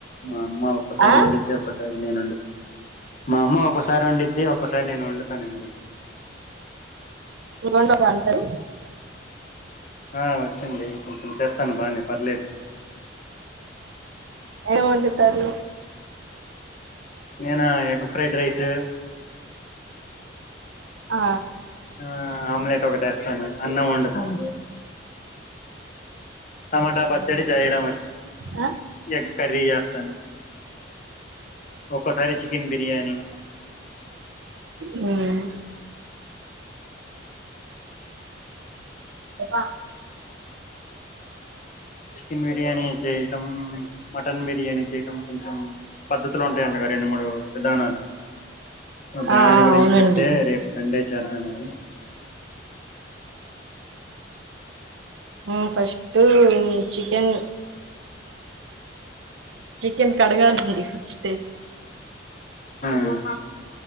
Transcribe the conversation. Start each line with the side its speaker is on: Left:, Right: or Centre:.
Left: మా అమ్మ ఒక్కసారి
Right: ఆ
Left: వండిద్ది ఒకసారి మా అమ్మ ఒకసారి వండిద్ది ఒక్కసారి నేను వండుతానండి
Right: <unintelligible> అంటారు
Left: ఆ వచ్చండి కొంచెం చేస్తాను బానే పర్లేదు
Right: ఏమోండుతారు
Left: నేనా ఎగ్ ఫ్రైడ్ రైస్
Right: ఆ
Left: ఆ ఆమ్లెట్ ఒకటేస్తాను అన్నం వండుతాను టమాటా పచ్చడి చేయడం వచ్చు
Right: ఆ
Left: ఎగ్ కర్రీ చేస్తాను ఒక్కోసారి చికెన్ బిర్యానీ
Right: మ్ <unintelligible>
Left: చికెన్ బిర్యానీ చేయటం మటన్ బిర్యానీ చేయడం కొంచెం పద్ధతులు ఉంటాయిండగా రెండు మూడు విధానాలు దాని
Right: ఆ ఆ
Left: గురించి
Right: అవునండి
Left: చెప్తే రేపు సండే చేద్దామని
Right: మ్ ఫస్ట్ చికెన్ చికెన్ కడగాలి ఫస్ట్
Left: మ్